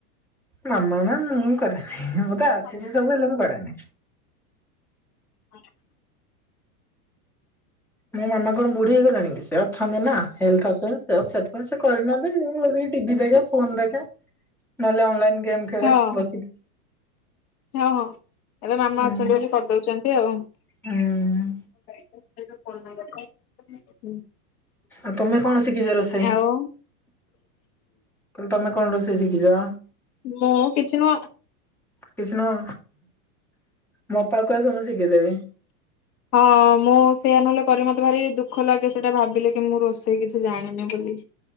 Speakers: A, in the centre; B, on the left.
A: ମାମା ନା ମୁଁ କରେନି। ମୋତେ
B: ଓହୋ
A: ଆସିଚି ସବୁ ହେଲେ ମୁଁ କରେନି।
B: <inaudible>
A: ମୋ ମାମା କଣ ବୁଢୀ ହେଇଗଲାଣି କି ବେଶୀ। ଅଛନ୍ତି ନା ହେଲ୍ଥ ଅଛନ୍ତି, ସେଥିପାଇଁ ସେ କରିନାହାନ୍ତି ବସିକି ଟିଭି ଦେଖେ, ଫୋନ ଦେଖେ ନହେଲେ ଅନଲାଇନ୍ ଗେମ୍ ଖେଳେ
B: ହଁ
A: ବସିକି।
B: ହଁ ହଁ ଏବେ ମାମା
A: ହୁଁ
B: ଅଛନ୍ତି ବୋଲି କରିଦଉଛନ୍ତି ଆଉ।
A: ହୁଁ।
B: <inaudible>
A: ଆଉ ତମେ କଣ ଶିଖିଛ ରୋଷେଇ,
B: ଆଉ
A: ତମେ କଣ ରୋଷେଇ? ଶିଖିଛ?
B: ମୁଁ କିଛି ନୂଆ।
A: କିଛି ନୁହଁ ମୋ ପାାକୁ ଆସ ମୁଁ ଶିଖେଇଦେବି।
B: ହଁ ମୁଁ ସେଇୟା ନହେଲେ କରି ମତେ ଭାରି ଦୁଃଖ ଲାଗେ, ସେଇଟା ଭାବିଲେ କି ମୁଁ ରୋଷେଇ କିଛି ଜାଣିନି ବୋଲି।